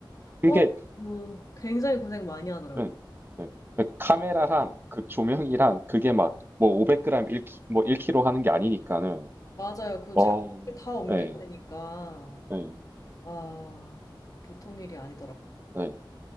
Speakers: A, on the right; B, on the left.
A: 그게
B: 어, 뭐 굉장히 고생 많이 하더라고.
A: 네, 네. 그 카메라랑 그 조명이랑 그게 막 뭐 500g 1, 뭐 1kg 하는 게 아니니까는
B: 맞아요. 그 장비를
A: 어,
B: 다 옮겨야
A: 네,
B: 되니까
A: 네,
B: 와, 보통 일이 아니더라.
A: 네.